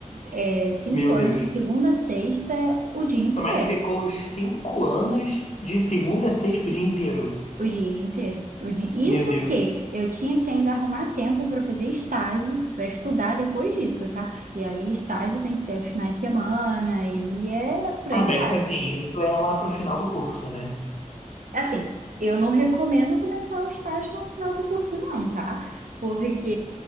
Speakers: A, on the right; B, on the left.
A: É, cinco
B: meu
A: anos
B: Deus.
A: de segunda a sexta, o dia inteiro.
B: Mas ficou os cinco anos de segunda a sexta o dia inteiro,
A: O dia inteiro. O dia...
B: meu
A: Isso
B: Deus.
A: que eu tinha que ainda arrumar tempo para fazer estágio, para estudar depois disso, tá? E aí, estágio tem que ser aos finais de semana, e é por
B: Ah,
A: aí
B: mas,
A: vai.
B: tipo assim, isso é lá pro final do curso, né?
A: Assim, eu não recomendo começar o estágio no final do curso, não, tá? Porque